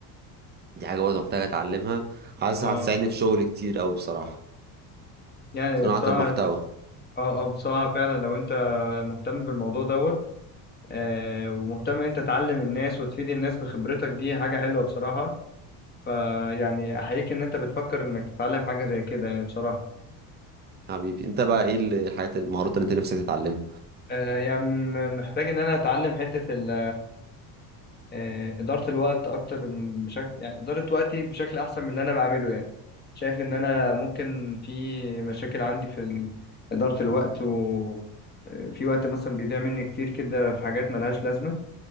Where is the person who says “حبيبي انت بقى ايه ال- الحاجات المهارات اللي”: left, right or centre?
Right